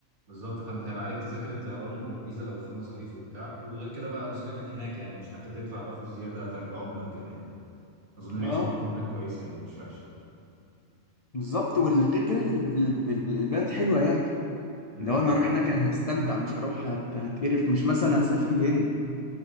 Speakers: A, on the right; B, on the left.
A: بالظبط فانت هيبقى عليك تذاكر الطيران والفيزا لو في مصاريف وبتاع وغير كده بقى مصاريفك هناك يعني مش محتاج تدفع بقى فلوس زياده فرق العمله وكده يعني اظن العيشه
B: اه
A: برضه هناك كويسه يعني مش وحشه
B: بالظبط والغير كده ال- ال- ال- البلد حلوه يعني
A: امم
B: لو انا هروح هناك أنا هستمتع مش هروح هت- هتقرف مش مثلا هسافر الهند